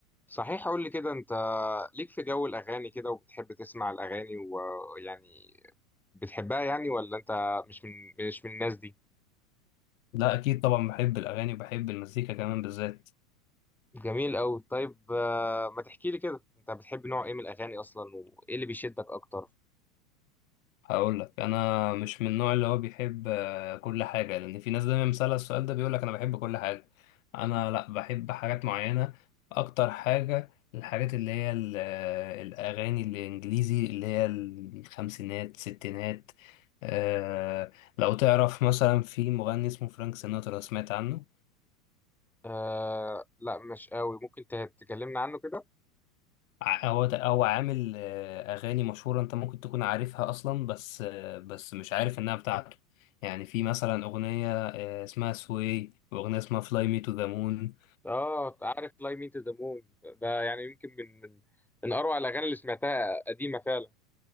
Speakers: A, in the centre; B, on the left.
A: صحيح قول لي كده انت ليك في جو الاغاني كده وبتحب تسمع الاغاني ويعني بتحبها يعني ولا انت مش من مش من الناس دي
B: لا اكيد طبعا بحب الاغاني وبحب المزيكا كمان بالذات
A: جميل قوي طيب آه، ما تحكي لي كده انت بتحب نوع ايه من الاغاني اصلا وايه اللي بيشدك اكتر
B: هقول لك انا مش من النوع اللي هو بيحب آه، كل حاجه لان في ناس دايما مسألة السؤال ده بيقول لك انا بحب كل حاجه انا لا بحب حاجات معينه اكتر حاجه الحاجات اللي هي ال- آه، الاغاني الانجليزي اللي هي الخمسينات ستينات آه، لو تعرف مثلا في مغني اسمه فرانك سيناترا سمعت عنه
A: آه لا مش قوي ممكن ت- تكلمنا عنه كده
B: ع- هو ت- هو عامل آه، أغاني مشهورة أنت ممكن تكون عارفها أصلا بس آه، بس مش عارف إنها بتاعته يعني في مثلا أغنية آه، اسمها سوي وأغنية اسمها فلاي مي تو ذا مون
A: اه عارف Fly Me to the Moon ده يعني يمكن من من من اروع الاغاني اللي سمعتها قديمة فعلا